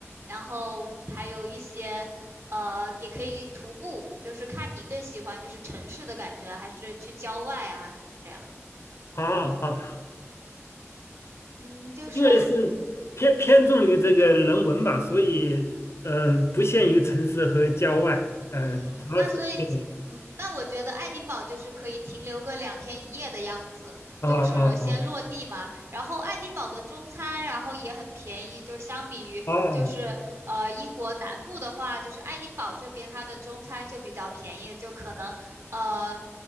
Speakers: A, on the right (about 60°); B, on the left (about 60°).
A: 然后还有一些。呃，也可以徒步，就是看你更喜欢就是城市的感觉啊还是去郊外啊，就是这样。
B: 哦哦哦
A: 嗯，就是
B: 因为是偏偏重于这个人文吧，所以呃不限于城市和郊外，呃主要是对
A: 嗯，那所以，嗯，但我觉得爱丁堡就是可以停留个两天一夜的样子，
B: 啊啊啊
A: 就是先落地嘛。然后爱丁堡的中餐，然后也很便宜，就相比于就是呃英国南部的话，
B: 哦
A: 就是爱丁堡这边它的中餐就比较便宜，就可能呃